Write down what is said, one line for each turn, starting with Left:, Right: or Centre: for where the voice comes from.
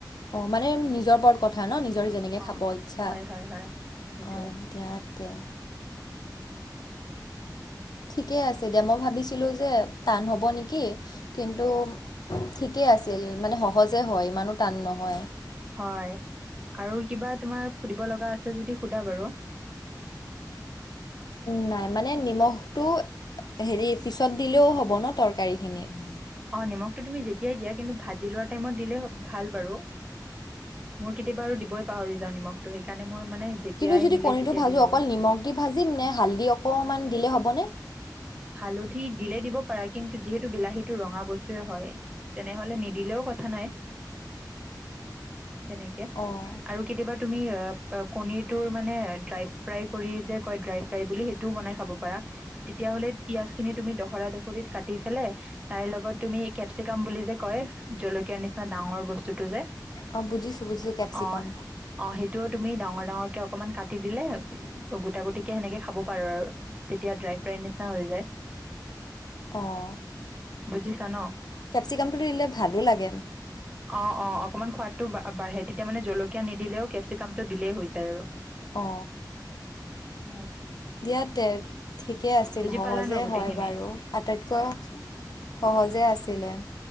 Left: অ মানে নিজৰ ওপৰত কথা ন নিজৰ যেনেকে
Right: অ
Left: খাব ইচ্ছা
Right: হয় হয় হয় সেইটোৱে
Left: অ দিয়াতে। ঠিকে আছে দে মই ভাবিছিলো যে টান হ'ব নেকি কিন্তু ঠিকে আছিল মানে সহজে হয় ইমানো টান নহয়।
Right: হয় আৰু কিবা তোমাৰ সুধিব লগা আছে যদি সোধা বাৰু।
Left: নাই মানে নিমখটো হেৰি পিছত দিলেও হ'ব ন তৰকাৰীখিনিত।
Right: অ নিমখটো তুমি যেতিয়াই দিয়া কিন্তু ভাজি লোৱা টাইমত দিলে ভাল বাৰু। মোৰ কেতিয়াবা আৰু দিবই পাহৰি যাও নিমখটো সেইকাৰণে মোৰ মানে, যেতিয়াই
Left: কিন্তু যদি
Right: মিলে
Left: কণীটো
Right: তেতিয়া
Left: ভাজোঁ
Right: দিওঁ
Left: অকল
Right: আৰু
Left: নিমখ দি ভাজিম নে হালধি অকণমান দিলেই হ'বনে।
Right: হালধি দিলে দিব পাৰা কিন্তু যিহেতু বিলাহীটো ৰঙা বস্তুৱে হয়। তেনেহলে নিদিলেও কথা নাই।
Left: <inaudible>
Right: তেনেকে
Left: অঁ
Right: আৰু, কেতিয়াবা তুমি কণীৰটোৰ মানে ড্ৰাই ফ্ৰাই কৰি যে কয় ড্ৰাই। ফাই বুলি সেইটোও বনাই খাব পাৰা তেতিয়াাহ'লে পিয়াজ খিনি তুমি দহৰা দখৰিত কাটি পেলে, তাৰ লগত তুমি কেপচিকাম বুলি যে কয় জলকীয়া জলকীয়া নিচিনা ডাঙৰ বস্তুটো যে
Left: অঁ বুজিছোঁ বুজিছোঁ কেপচিকাম
Right: অ, অ সেইটোও তুমি ডাঙৰ ডাঙৰকে অকনমান কাটি দিলে গোটা গুটিকে সেনেকে খাব পাৰো আৰু। তেতিয়া ড্ৰাই ফ্ৰাইৰ নিচিনা হৈ যায়।
Left: অঁ
Right: বুজিছা ন।
Left: কেপচিকেনটো দিলে ভালো লাগে।
Right: অ অ অকমান সোৱাদটো বা বাঢ়ে তেতিয়া মানে জলকীয়া নিদিলেও কেপচিকাম টো দিলেই হৈ যায় আৰু।
Left: অ
Right: হয়
Left: দিয়া তে। ঠিকেই আছিল
Right: বুজি
Left: সহজেই
Right: পালা ন গোটেইখিনি
Left: হয় বাৰু আটাইতকৈ সহজে আছিলে।